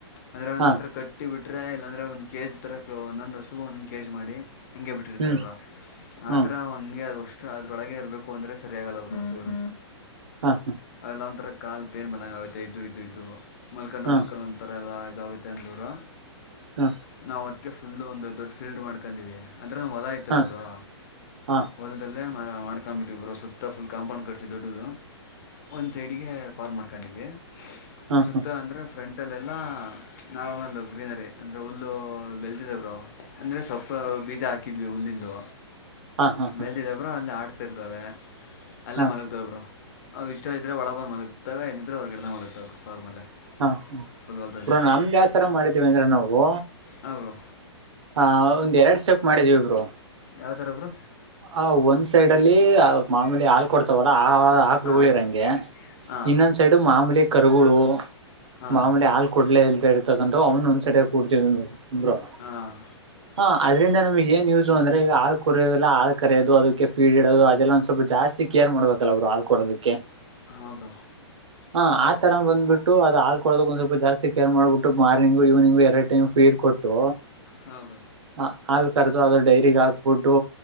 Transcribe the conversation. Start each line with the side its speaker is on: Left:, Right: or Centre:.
Left: ಅಂದ್ರೆ ಒಂದ್ತ್ರ
Right: ಹಾ
Left: ಕಟ್ಟಿ ಬಿಟ್ರೆ ಇಲ್ಲಾಂದ್ರೆ ಒಂದ್ ಕೆಜಿ ತರ ಒಂದೊಂದ್ ಹಸು ಒಂದೊಂದ್ ಕೆಜಿ ಮಾಡಿ ಹಂಗೆ ಬಿಟ್ಟಿರ್ತಾರ
Right: ಹ್ಮ್
Left: ಅವ್ರ
Right: ಹ್ಮ್
Left: ಆತರ ಹಂಗೆ ಅ ಅಷ್ಟು ಅದ್ರೊಳಗೆ ಇರಬೇಕು ಅಂದ್ರೆ ಸರಿಯಗಲ್ಲ ಬಸುಗಳು
Right: ಹಾ ಹಾ
Left: ಅವೆಲ್ಲ ಒಂಥರ ಕಾಲ್ ಪೇನ್ ಬಂದಂಗ ಆಗುತ್ತೆ ಇದು ಇದು ಇದದು ಮಲ್ಕೊಂಡು
Right: ಹಾ
Left: ಮಲ್ಕೊಂಡು ಒಂಥರ ಎಲ್ಲ ಗುತ್ತೆ ಅಂದೂರ
Right: ಹಾ
Left: ನಾವು ಅದಕ್ಕೆ ಫುಲ್ ಒಂದು ದೊಡ್ಡ ಫೀಲ್ಡ್ ಮಾಡ್ಕೊಂಡಿವವಿ ಅಂದ್ರೆ ಹೊಲ ಆಯತಲ್ಲ
Right: ಹಾ
Left: ಬ್ರೋ
Right: ಹಾ ಹಾ
Left: ಹೊಲದಲ್ಲೇ ಮಾಡ್ಕೊ್ಂಬಿಟ್ಟಿ ಇಬ್ರು ಸುತ್ತ ಫುಲ್ ಕಾಂಪೌಂಡ್ ಕಟ್ಿಸಿ ದೊಡ್ಡದು ಒಂದು ಸೈಡಿಗೆ ಫ್ಮ ಮಾಡ್ ಕಣಿವ
Right: ಹಾ
Left: ಸುತ್ತ
Right: ಹಾ
Left: ಅಂದರೆ ಫ್ರಂಟಲ್ಲೆಲ್ಲ ನಾರ್ಮಲ್ಲ ಗ್ರೀನರಿ ಅಂದ್ರೆ ಹುಲ್ಲು ಬೆಳತಿದವರು ಅಂದ್ರರೆ ಸೊಪ್ಪ ಬೀಜ ಹಾಕಿದ್ವಿ ಹುಲ್ಲಿಂದು
Right: ಹಾ ಹಾ ಹಾ ಹಾ
Left: ಬೆಲ್ದಿದಬ್ರು ಅಲ್ಲಿ ಆಡ್ತ ಇರ್ತವೆ ಅಲ್ಲೇ
Right: ಹಾ
Left: ಮಲಗ್ತವಬ್ರು ಅವವು ಇಷ್ಟ ಇದ್ದೆ ಒಳಗ ಬಂದು ಮಲಗ್ತವೆಲ್ಲ ಇದ್ರೆ ಅವ್ರಗಡಡೆ ಮಲತವೆ ಫಾರ್ಮಲ್ಲೇ
Right: ಹಾ ಹ
Left: ಫುಲ್ ಹೊಲದಲ್ಲಿ
Right: ಬ್ರ ನಮ್ದ್ ಯಾವತರ ಮಾಡಿದ್ದೀವಿ ಅಂದ್ರ ನಾವು
Left: ಹಾಂ ಬ್ರೋ
Right: ಹಾ ಒಂದ್ ಎರಡು ಸೋಕ್ ಮಾಡಿದ್ವಿ ಇಬ್ರು
Left: ಯಾವ್ಥರ ಒಬ್ಬರು
Right: ಆ ಒಂದ್ ಸೈಡ್ ಅಲ್ಲಿ ಮಾಮೂಲಿ ಹಾ ಕೊಡ್ತವಲ್ಲ ಆ ಆಕ್ಲುಗಳ
Left: ಹಾಂ
Right: ಇರಂಗೆ
Left: ಹಾಂ
Right: ಇನ್ನೊಂದ್ ಸೈಡು ಮಾಮೂಲಿ ಕರುಗಳು
Left: ಹಾಂ
Right: ಮಾಮಡಿ ಹಾ ಕೊಡ್ಲೇ ಇಲ್ತ ಇರ್ತಕ್ಕಂಥ ಅವನು ಒಂದ್ಸಟ ಕೂಡ್ತೀವಿ ಬ್ರೋ
Left: ಹಾಂ
Right: ಹ ಅದ್ರಿಂದ ನಮಗೆ ಏನ್ ಯೂಸು ಅಂದ್ರೆ ಈಗ ಆ ಕುರಿ ಎಲ್ಲ ಹಾ ಕರೋದು ಅದಕ್ಕೆ ಫೀಡ್ ಇಡೋದು ಅದೆಲ್ಲ ಒಂದ ಸ್ವಲ್ಪ ಜಾಸ್ತಿ ಕೇರ್ ಮಾಡ್ಬೇಕು ಲ್ಲ ಅವರು ಆದ್ ಕೊಡೋದಕ್ಕೆ
Left: ಹಾಂ ಬ್ರೋ
Right: ಹಾ ಆ ತರ ಬಂದಬಿಟ್ಟು ಅದ ಹ ಆಳ್ಕಡೋದಕ್ ಒಂದ್ ಸ್ವಲ್ಪ ಜಾಸ್ತಿ ಕೇರ್ ಮಾಡಬಿಟ್ಟು ಇವ್ನಿಂಗು ಎರಡು ಟೈಮ್ ಫೀರ್ ಕೊಟ್ಟು
Left: ಹಾಂ ಬ್ರೋ
Right: ಹ ಹಾಲು ಕರೆದು ಅದ್ರ ಡೈಗ್ ಹಾಕ್ಬಿಟ್ಟು